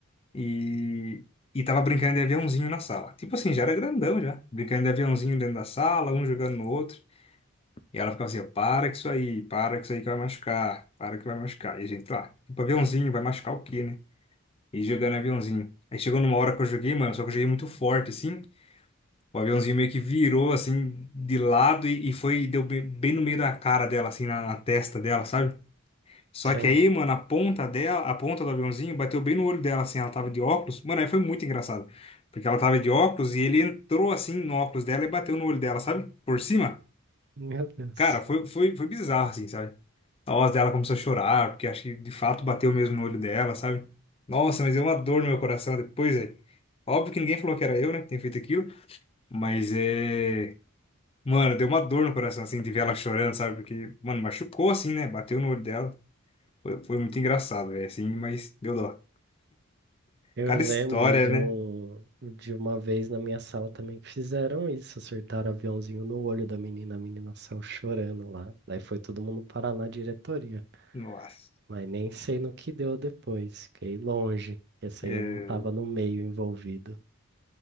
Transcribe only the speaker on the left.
E, e tava brincando de aviãozinho na sala. Tipo assim, já era grandão já. Brincando de aviãozinho dentro da sala, um jogando no outro. E ela ficava assim: para com isso aí, para com isso aí que vai machucar, para que vai machucar. E a gente lá, tipo, aviãozinho, vai machucar o quê, né? E jogando aviãozinho. Aí chegou numa hora que eu joguei, mano, só que eu joguei muito forte, assim. O aviãozinho meio que virou assim de lado e, e foi e deu bem, bem no meio da cara dela, assim, na, na testa dela, sabe? Só
que aí, mano, a ponta dela, a ponta do aviãozinho bateu bem no olho dela, assim, ela tava de óculos. Mano, aí foi muito engraçado. Porque ela tava de óculos e ele entrou assim no óculos dela e bateu no olho dela, sabe? Por cima.
Cara, foi, foi, foi bizarro, assim, sabe? A voz dela começou a chorar, porque acho que de fato bateu mesmo no olho dela, sabe? Nossa, mas deu uma dor no meu coração depois, velho. Óbvio que ninguém falou que era eu, né, que tinha feito aquilo. Mas é. Mano, deu uma dor no coração, assim, de ver ela chorando, sabe? Porque, mano, machucou, assim, né? Bateu no olho dela. Foi, foi muito engraçado, velho, assim, mas deu dó.
Cada história,
né?
Nossa.
É,